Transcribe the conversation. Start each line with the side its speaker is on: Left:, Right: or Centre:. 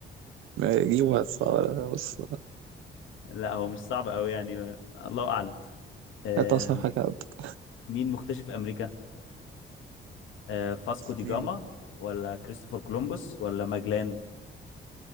Right: ما دي وقت صعب بص
Left: لا هو مش صعب قوي يعني الله اعلم آه
Right: هات أصعب حاجة عندك
Left: مين مكتشف امريكا آه، فاسكو دي جاما
Right: مين
Left: ولا كريستوفر كولومبوس ولا ماجلان